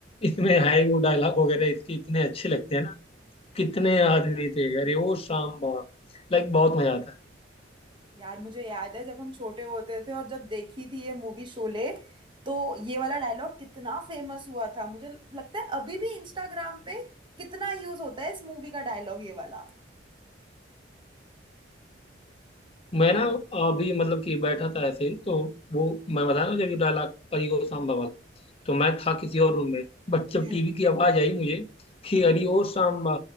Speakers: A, on the left; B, on the right.
A: इसमें है ही वो डायलॉग वगैरह इसके इतने अच्छे लगते हैं ना कितने आदमी थे अरे ओ सांबा लाइक बहुत मजा आता है
B: यार मुझे याद है जब हम छोटे होते थे और जब देखी थी ये मूवी शोले तो ये वाला डायलॉग कितना फेमस हुआ था मुझे लगता है अभी भी इंस्टाग्राम पे कितना यूज होता है इस मूवी का डायलॉग ये वाला
A: मैं ना अभी मतलब कि बैठा था ऐसे ही तो वो मैं बता रहा हूँ जब ये डायलॉग अरे ओ सांबा वाला तो मैं था किसी और रूम में बट जब
B: हम्म
A: टीवी की आवाज आई मुझे कि अरे ओ सांबा